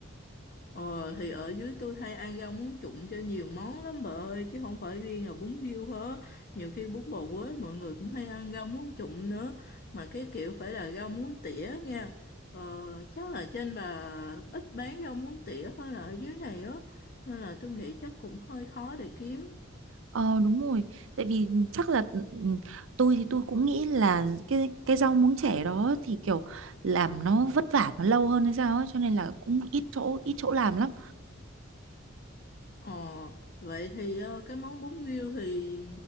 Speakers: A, on the left; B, on the right.
A: Ờ thì ở dưới tôi hay ăn rau muống trụng cho nhiều món lắm bà ơi chứ không phải riêng là bún riêu hết nhiều khi bún bò Huế mọi người cũng hay ăn rau muống trụng nữa mà cái kiểu phải là rau muống tỉa nha ờ, chắc là trên bà ít bán rau muống tỉa hơn là ở dưới này á nên là tôi nghĩ chắc cũng hơi khó để kiếm
B: Ờ đúng rồi, tại vì chắc là ừ, ừ, tôi thì tôi cũng nghĩ là cái cái rau muống trẻ đó thì kiểu làm nó vất vả nó lâu hơn hay sao ấy, cho nên là cũng ít chỗ ít chỗ làm lắm.
A: Ờ, vậy thì ờ, cái món bún riêu thì